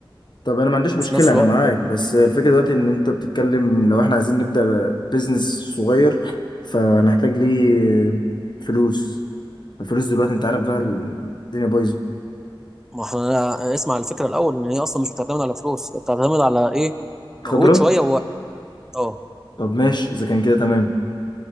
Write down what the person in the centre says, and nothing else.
وفي
نفس
الوقت
ما احنا اسمع على الفكره الاول ان هي اصلا مش بتعتمد على فلوس هي بتعتمد على ايه مجهود
شويه ووقت اه